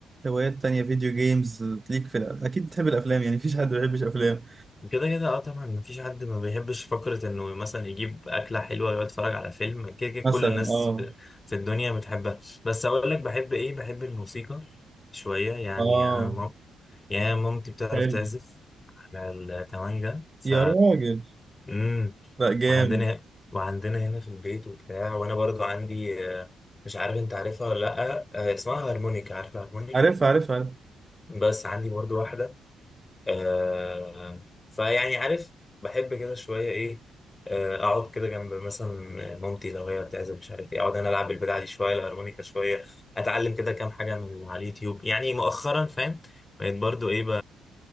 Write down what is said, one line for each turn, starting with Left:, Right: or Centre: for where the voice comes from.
Right: هوايات تانية فيديو جيمز ليك في الأ... اكيد بتحب الافلام يعني مفيش حد ما بيحبش افلام
Left: كده كده اه طبعا مفيش حد ما بيحبش فكرة انه مثلا يجيب أكلة حلوة يقعد يتفرج على فيلم كده كده كل
Right: مثلا
Left: الناس
Right: اه
Left: في, في الدنيا بتحبها بس أقول لك بحب إيه بحب الموسيقى شوية يعني
Right: اه
Left: أنا مام... يعني أنا مامتي بتعرف
Right: حلو
Left: تعزف على الكمانجا ف
Right: يا راجل
Left: مم.
Right: لا جامد
Left: وعندنا وعندنا هنا في البيت وبتاع وأنا برضو عندي آه، مش عارف أنت عارفها ولا لأ آه، اسمها هارمونيكا عارفة هارمونيكا
Right: عارف عارف عارف
Left: بس عندي برضو واحدة آه فيعني عارف بحب كده شوية إيه آه أقعد كده جنب مثلا مامتي لو هي بتعزف مش عارف إيه أقعد أنا ألعب بالبدع دي شوية الهارمونيكا شوية أتعلم كده كام حاجة من على اليوتيوب يعني مؤخرا فاهم بقيت برضو إيه ب...